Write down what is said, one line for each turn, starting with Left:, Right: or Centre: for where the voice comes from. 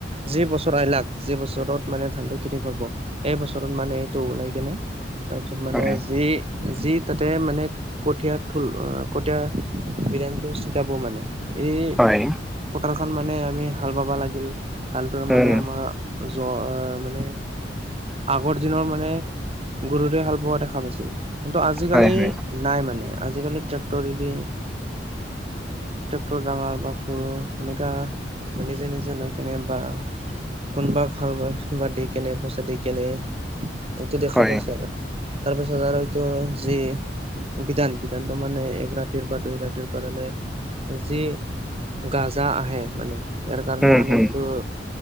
Right: যি বছৰ আইলাক, যি বছৰত মানে ধানটো খেতি কৰিব, সেই বছৰত মানে এইটো ওলাই কেনে তাৰপিছত মানে
Centre: হয়
Right: যি যি তাতে মানে কঠীয়া থল, কঠীয়াৰ বিধানটো চিতাব মানে এই
Centre: হয় হয়
Right: পথাৰখন মানে আমি হাল বাবা লাগিল, হালটোৰ মানে
Centre: উম
Right: আমাৰ জ্বৰ। আহ মানে, আগৰ দিনৰ মানে গৰুটোৱে হাল বোৱা দেখা পাইছিল। কিন্তু আজিকালি
Centre: হয় হয়
Right: নাই মানে, আজিকালি ট্ৰেক্টৰে দি ট্ৰেক্টৰ ডাঙৰ বা সৰু সেনেকা নিজে-নিজে লৈ কেনে বা কোনবা হাল বোৱাই বা দি কেনে, পইচা দি কেনে, এইটো দেখা
Centre: হয়
Right: পাইছে না তাৰপিছত আৰু এইটো যি বিধান, বিধানটো মানে এক ৰাতিৰ বা দুই ৰাতিৰ কাৰণে যি গাজা আহে, মানে ইয়াৰ কাৰণে
Centre: উম
Right: মানে
Centre: হুম
Right: এইটো